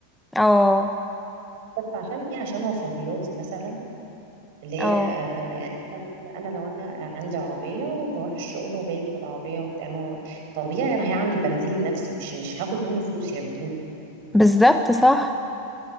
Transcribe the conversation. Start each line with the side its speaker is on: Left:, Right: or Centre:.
Centre: اه
Right: بس عشان ايه عشان رفاهياتي مثلا اللي هي
Centre: اه
Right: آه، يعني انا لو انا عندي عربيه وبروح الشغل وباجي بالعربيه وبتاع ما هو طبيعي انا هعمل بنزين لنفسي مش مش هاخد منه فلوس يعملهولي
Centre: بالظبط صح